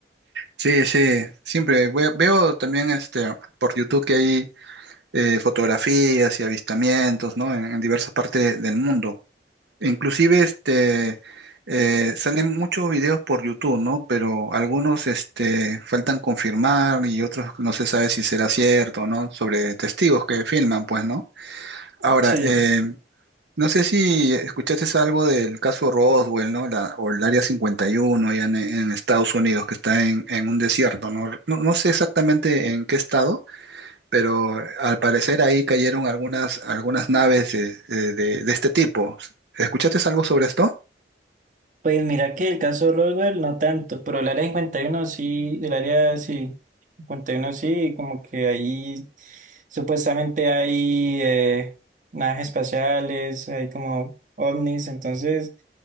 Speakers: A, on the right (about 75°); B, on the right (about 45°).
A: Sí, sí, siempre ve- veo también este por YouTube que hay eh, fotografías y avistamientos, ¿no? En, en diversas partes del mundo. Inclusive este eh, salen muchos videos por YouTube, ¿no? Pero algunos este, faltan confirmar y otros no se sabe si será cierto, ¿no? Sobre testigos que filman, pues, ¿no? Ahora,
B: Sí.
A: eh, no sé si escuchaste algo del caso Roswell, ¿no? La- o el Área 51 allá en, en Estados Unidos, que está en, en un desierto, ¿no? No, no sé exactamente en qué estado, pero al parecer ahí cayeron algunas, algunas naves eh, eh, de de este tipo. ¿Escuchaste algo sobre esto?
B: Pues mira que el caso Roswell no tanto, pero el área cincuenta y uno sí, el área sí, 51 sí, como que ahí supuestamente hay eh, naves espaciales, hay como ovnis, entonces